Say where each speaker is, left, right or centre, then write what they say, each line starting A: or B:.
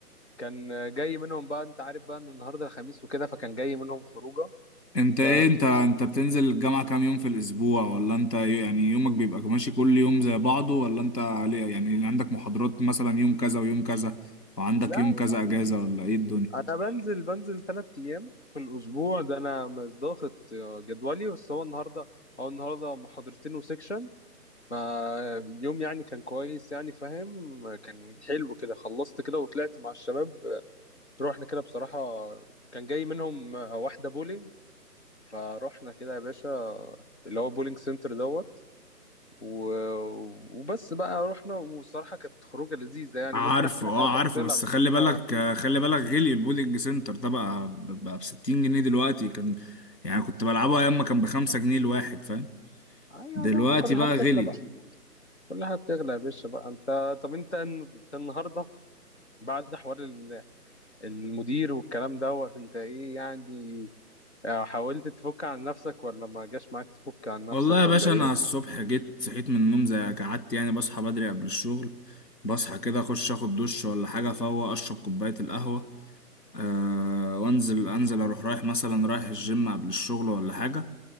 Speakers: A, on the left (about 45°); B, on the left (about 80°).
A: كان جاي منهم بقى أنت عارف بقى إن النهاردة الخميس وكده فكان جاي منهم خروجة
B: انت
A: ف
B: ايه انت انت بتنزل الجامعة كام يوم في الاسبوع ولا انت ي- يعني يومك بيبقى ماشي كل يوم زي بعضه ولا انت ليه يعني عندك محاضرات مثلا يوم كذا ويوم كذا وعندك
A: لا
B: يوم كذا اجازة ولا ايه الدنيا
A: انا بنزل بنزل ثلاث ايام في الاسبوع ده انا مش ضاغط جدولي بس هو النهارده هو النهارده محاضرتين وسيكشن فاليوم يعني كان كويس يعني فاهم كان حلو كده خلصت كده وطلعت مع الشباب رحنا كده بصراحة كان جاي منهم واحدة بولينج فروحنا كده يا باشا اللي هو بولينج سنتر دوت و... وبس بقى رحنا والصراحة كانت خروجة لذيذة يعني
B: عارفه
A: ممكن احكي لك
B: اه
A: على تفاصيلها
B: عارفه بس
A: بس
B: خلي
A: انت
B: بالك آه، خلي بالك غلي البولينج سنتر ده بقى بقى ب 60 جنيه دلوقتي كان يعني كنت بلعبه ايام ما كان بخمسة جنيه الواحد فاهم
A: ايوه
B: دلوقتي
A: بقى ما كل
B: بقى
A: حاجة بتطلع
B: غلي
A: بقى كل حاجه بتغلى يا باشا بقى انت طب انت انت النهارده بعد حوار ال- المدير والكلام دوت انت ايه يعني آه، حاولت تفك عن نفسك ولا ما جاش معاك تفك عن نفسك
B: والله يا باشا
A: ولا ايه
B: انا الصبح جيت صحيت من النوم زي قعدت يعني بصحى بدري قبل الشغل بصحى كده اخش اخد دش ولا حاجه فوق اشرب كوبايه القهوه أه وانزل انزل اروح رايح مثلا رايح الجيم قبل الشغل ولا حاجه